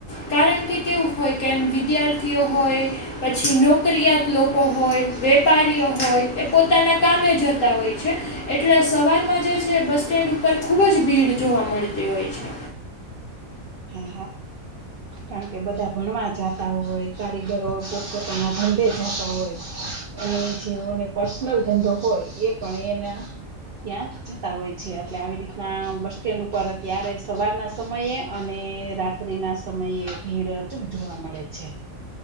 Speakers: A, on the left; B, on the right.
A: કારણ કે કેવું હોય કે વિદ્યાર્થીઓ હોય પછી નોકરીયાત લોકો હોય વેપારીઓ હોય એ પોતાના કામે જતા હોય છે, એટલે સવારમાં જે છે, બસ સ્ટેન્ડ ઉપર ખૂબ જ ભીડ જો વા મળતી હોય છે.
B: હા હા કારણ કે બધા ભણવા જાતા હોય કારીગરો પોતપોતાના ધંધે જાતા હોય. અને જેઓને પર્સનલ ધંધો હોય એ પણ એના ત્યાં જતા હોય છે એટલે આવી રીતના બસ સ્ટેન્ડ ઉપર અત્યારે સવારના સમયે અને રાત્રિ ના સમયે ભીડ અચૂપ જોવા મળે છે.